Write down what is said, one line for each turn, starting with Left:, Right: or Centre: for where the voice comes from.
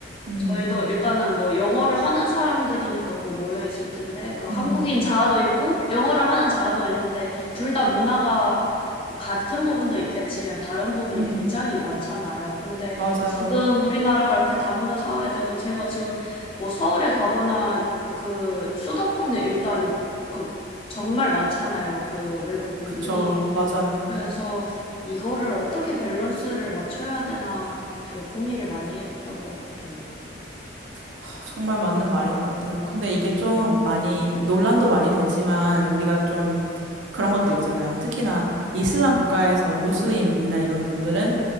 Right: 음,
Left: 저희도 일단은 뭐 영어를 하는 사람들이니까 여기 모여 있을 텐데, 그 한국인
Right: 음,
Left: 자아도 있고, 영어를 하는 자아도 있는데, 둘 다 문화가 같은 부분도 있겠지만 다른 부분이
Right: 음,
Left: 굉장히 많잖아요. 근데
Right: 맞아요.
Left: 지금 우리나라가 이렇게 다문화 사회되고, 제가 지금 뭐 서울에 가거나 그 수도권에 일단 그 정말 많잖아요. 그 외국 분들이.
Right: 그쵸, 맞아요.
Left: 그래서 이거를 어떻게 밸런스를 맞춰야 되나 되게 고민을 많이 했던 것 같아요. 예.
Right: 하, 정말 맞는 말인 것 같아요. 근데 이게 좀 많이 논란도 많이 되지만 우리가 좀 그런 것도 있잖아요. 특히나 이슬람 국가에서 무슬림이나 이런 분들은